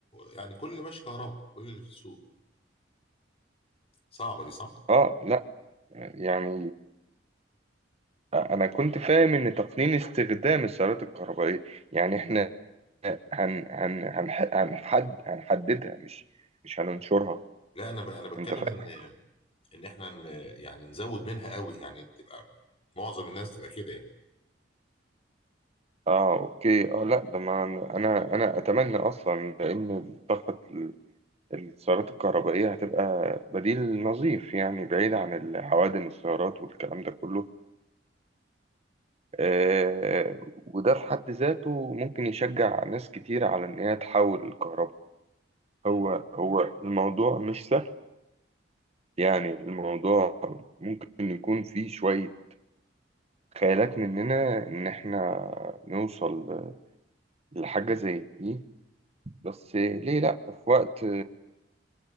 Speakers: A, on the left; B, on the right.
A: يعني كل اللي ماشي كهرباء كل اللي في السوق صعبه دي صح
B: آه لأ يعني أنا كنت فاهم إن تقنين استخدام السيارات الكهربائية يعني إحنا هن هن هنح- هنحد هنحددها مش مش هننشرها
A: لا انا ب... انا بتكلم
B: أنت فاهم؟
A: ان ان احنا ن... يعني نزود منها قوي يعني تبقى معظم الناس تبقى كده يعني
B: اه اوكي اه لا ده ما انا انا اتمنى اصلا لان الطاقه السيارات الكهربائية هتبقى بديل نظيف يعني بعيد عن العوادم السيارات والكلام ده كله آه، وده في حد ذاته ممكن يشجع ناس كتير على إن هي تحول الكهرباء
A: مم.
B: هو هو الموضوع مش سهل يعني الموضوع ممكن يكون فيه شوية خيالات مننا إن إحنا نوصل لحاجة زي دي بس ليه لأ في وقت